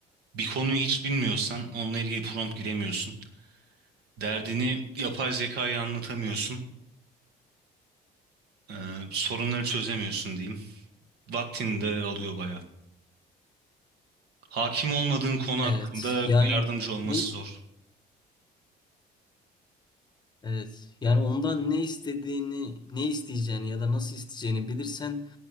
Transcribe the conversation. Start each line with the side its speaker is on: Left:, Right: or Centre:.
Right: Bir konuyu hiç bilmiyorsan onunla ilgili prompt giremiyorsun. Derdini yapay zekaya anlatamıyorsun. Ee, sorunları çözemiyorsun diyeyim. Vaktini de alıyor bayağı. Hakim olmadığın konu
Left: Evet.
Right: hakkında
Left: Yani
Right: yardımcı olması
Left: ne
Right: zor.
Left: evet. Yani ondan ne istediğini, ne isteyeceğini ya da nasıl isteyeceğini bilirsen